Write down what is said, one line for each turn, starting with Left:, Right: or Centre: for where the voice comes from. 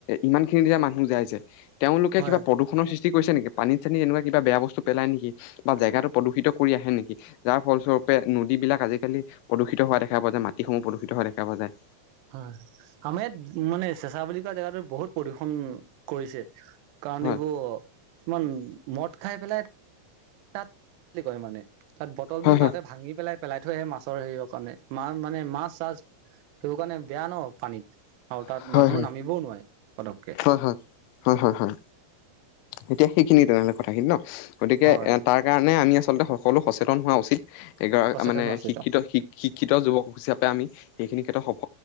Left: ইমান খিনি দিনা মানুহ যাই যে তেওঁলোকে
Right: হয়
Left: কিবা প্ৰদূষণৰ সৃষ্টি কৰিছে নেকি? পানীত চানীত তেনেকুৱা কিবা বেয়া বস্তু পেলাই নেকি, বা জেগাটো প্ৰদূষিত কৰি আহে নেকি, যাৰ ফলস্বৰূপে নদী বিলাক আজিকালি প্ৰদূষিত হোৱা দেখা পোৱা যায়, মাটিসমূহ প্ৰদূষিত হোৱা দেখা পোৱা যায়।
Right: হয়, আমাৰ ইয়াত মানে চেঁচা বুলি কোৱা জেগাতো বহুত প্ৰদূষণ কৰিছে। কাৰণ
Left: হয়
Right: এইবোৰ, অকমান মদ খাই পেলাই তাত <unintelligible> কৰে মানে, তাত বটলবোৰ
Left: হয়
Right: তাতে ভাঙি পেলাই থৈ আহে মাছৰ হেৰিয়ৰ কাৰণে, মা মানে মাছ চাছ সেইবোৰ কাৰণে বেয়া ন পানীত, আৰু তাত
Left: হয়
Right: মানুহ
Left: হয়
Right: নামিবও নোৱাৰে। পতককে
Left: হয়, হয়, হয়, হয়, হয়, এতিয়া সেইখিনিয়ে তেনেহলে কথাখিনি ন? গতিকে,
Right: হয়
Left: তাৰ কাৰণে আমি আচলতে সকলো সচেতন হোৱা উচিত। এইকা
Right: সচেতন
Left: মানে,
Right: আছিলো
Left: শিক্ষিত, শ শিক্ষিত যুৱক হিচাপে আমি সেইখিনি ক্ষেত্ৰত